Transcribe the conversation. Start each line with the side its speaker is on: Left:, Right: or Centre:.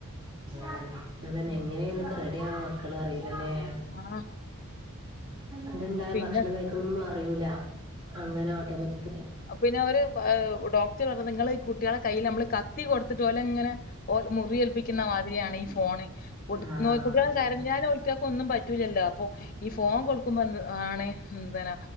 Right: ആഹ് ഇപ്പന്നെ
Left: ഉം
Right: എങ്ങനെ എങ്ങനെക്കെ റെഡിയാവ മക്കള് അറിയുല്ലേ
Left: ആഹ്
Right: അത്ണ്ടായ
Left: പിന്നെ
Right: ഭക്ഷണം കഴി ക്ക്ണെന്നും അറിയൂല അങ്ങനെ ഓട്ടോമാറ്റിക്
Left: അപ്പൊ പിന്നവര് ഡോക്ടറ് പറഞ്ഞത് നിങ്ങള് ഈ കുട്ട്യോളെ കയ്യില് നമ്മള് കത്തി കൊടുത്തിട്ട് ഓലങ്ങനെ ഓൽക്ക് മുറിയേൽപ്പിക്കുന്ന മാതിരിയാണ് ഈ ഫോണ് കൊടുക്കുന്നത്
Right: ആ
Left: കുട്ട്യോള്
Right: അതെ
Left: കരഞ്ഞാല് ഓൽക്ക് ഒന്നും പറ്റൂലല്ലോ അപ്പൊ ഈ ഫോൺ കൊടുക്കുമ്പോ ആണ് എന്തന